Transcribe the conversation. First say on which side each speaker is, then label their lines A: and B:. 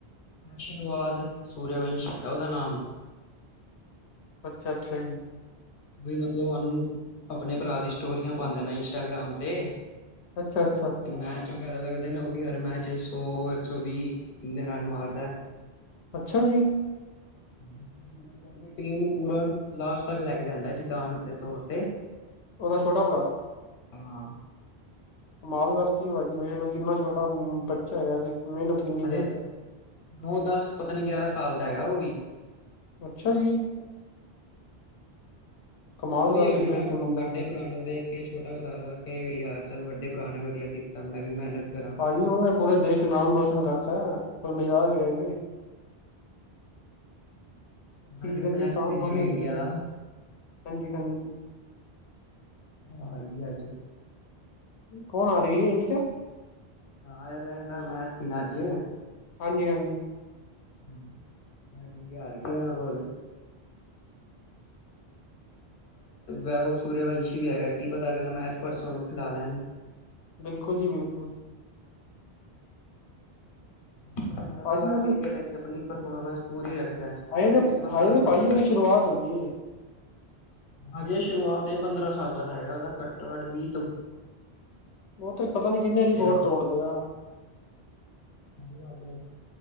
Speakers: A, on the left; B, on the left.
A: ਆਸ਼ੀਰਵਾਦ ਸੂਰਯਵੰਸ਼ ਹੈਗਾ ਉਹਦਾ ਨਾਮ।
B: ਅੱਛਾ-ਅੱਛਾ ਜੀ।
A: ਮਤਲਬ ਉਹ ਆਪਣੇ ਭਰਾ ਦੀ ਸਟੋਰੀਆਂ ਪਾਉਦੇ ਨੇ ਇੰਸਟਾਗ੍ਰਾਮ ਤੇ।
B: ਅੱਛਾ- ਅੱਛਾ!
A: ਤੇ ਮੈਚ ਵਗੈਰਾ ਲੱਗਦੇ ਨੇ, ਉਹ ਵੀ ਹਰ ਮੈਚ ਸੌ ਇੱਕ ਸੌ ਵੀ ਇੰਨੇ ਰਨ ਮਾਰਦਾ।
B: ਅੱਛਾ ਜੀ।
A: ਮਤਲਬ ਆਪਣੀ ਟੀਮ ਨੂੰ ਪੂਰਾ
B: ਵਧ-
A: ਲਾਸਟ ਤੱਕ ਲੈ ਕੇ ਜਾਂਦਾ ਜਿਤਾਨ ਦੇ ਤੌਰ ਤੇ।
B: ਉਹਦਾ ਛੋਟਾ ਭਰਾ।
A: ਹਾਂ।
B: ਕਮਾਲ ਕਰਤੀ ਭਾਜੀ, ਵੇਖ ਲੋ ਕਿੰਨਾ ਛੋਟਾ ਬੱਚਾ ਹੈ, ਮਿਹਨਤ ਕਿੰਨੀ
A: ਅਰੇ
B: ਕਰਦਾ
A: ਨੌ ਦਸ, ਪਤਾ ਨੀ ਗਿਆਰਾਂ ਸਾਲ ਦਾ ਹੈਗਾ ਉਹ ਵੀ।
B: ਅੱਛਾ ਜੀ। ਕਮਾਲ
A: ਬਸ ਉਹੀ
B: ਕਰਤੀ
A: ਹੈ ਨਾ
B: ਫੇਰ ਤੇ ਮੁੰਡਾ
A: ਵੱਡੇ ਭਰਾ ਨੂੰ ਦੇ ਕੇ ਛੋਟਾ ਭਰਾ ਦਾ ਕ ਯਾਰ ਚੱਲ ਵੱਡੇ ਭਰਾ ਨੇ ਵਧੀਆ ਕੀਤਾ ਮੈਂ ਵੀ ਮਿਹਨਤ ਕਰਾਂ।
B: ਭਾਜੀ ਉਹ ਨੇ ਪੂਰੇ ਦੇਸ਼ ਨਾਮ ਰੋਸ਼ਨ ਕਰਤਾ ਕੋਈ ਮਜ਼ਾਕ ਨਹੀਂ ਹੈਗੀ।
A: ਹਾਂਜੀ
B: ਕਰਨੀ
A: ਮੈਚ
B: ਆਸਾਨ
A: ਸੀ ਜਿਵੇਂ
B: ਥੋੜ੍ਹੀ ਹੈਗੀ
A: ਇੰਡੀਆ ਦਾ
B: ਹਾਂਜੀ ਹਾਂਜੀ
A: ਆ ਰੀ ਅੱਜ। <unintelligible>
B: ਕੌਣ ਆ ਰਹੀ ਹੈ ਇੰਡੀ ਚ?
A: ਅਏਰਲੈਂਡ ਨਾਲ ਮੈਚ ਸੀ ਨਾ ਅੱਜ।
B: ਹਾਂਜੀ-ਹਾਂਜੀ।
A: ਹਾਂਜੀ-ਹਾਂਜੀ ਹੋਰ? ਅਜ ਇੰਡੀਆ ਹਾਰ ਗ ਓਹਨਾਂ ਕੋਲ। ਵੈ ਸੂਰਯਵੰਸ਼ੀ ਵੀ ਹੈਗਾ ਕੀ ਪਤਾ ਅਗਲਾ ਮੈਚ ਪਰਸੋਂ ਨੂੰ ਖਿਲਾ ਲੈਣ।
B: ਬਿਲਕੁਲ ਜੀ ਬਿਲਕੁਲ।
A: ਪਰ ਬੰਦਾ
B: ਭਾਜੀ
A: ਤਾਂ
B: ਉਹਦੇ
A: ਕ੍ਰਿਕਟ ਵਿੱਚ ਆਪਣੀ ਪਰਫੋਰਮੈਂਸ ਪੂਰੀ ਰੱਖਦਾ ਏ,
B: ਹਾਏ
A: ਉਹਦਾ
B: ਤੇ
A: ਕਿਸਮਤ
B: ਹਾਏ
A: ਸਾਥ
B: ਤੇ ਭਾਜੀ
A: ਦਿੰਦੀ।
B: ਉਹਦੀ ਸ਼ੁਰੂਆਤ ਹੋਈ ਏ।
A: ਹਜੇ ਸ਼ੁਰੂਆਤ ਏ ਇਹ ਪੰਦਰਾਂ ਸਾਲਾਂ ਦਾ ਹੈਗਾ ਉਹਦਾ ਘੱਟੋ-ਘੱਟ ਵੀਹ ਤੋ
B: ਉਹ ਤੇ ਪਤਾ ਨੀ ਕਿੰਨੇ ਰਿਕੋੋਟ
A: ਹੁਣ
B: ਤੋੜਦੇ ਗਾ।
A: ਅਛੀ ਗਲ ਏ।